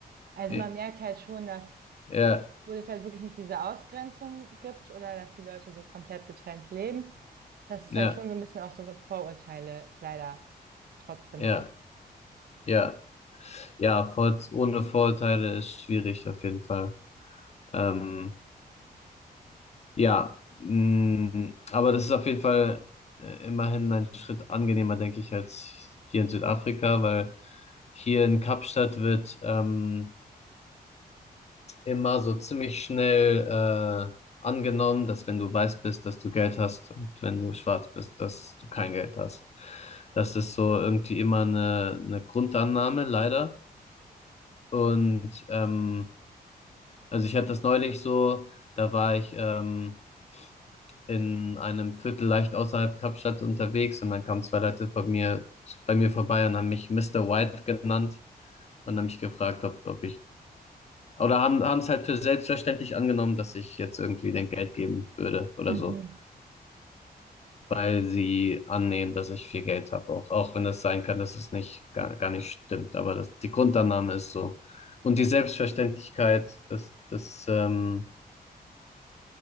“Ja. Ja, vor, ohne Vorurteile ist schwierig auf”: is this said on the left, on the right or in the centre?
Left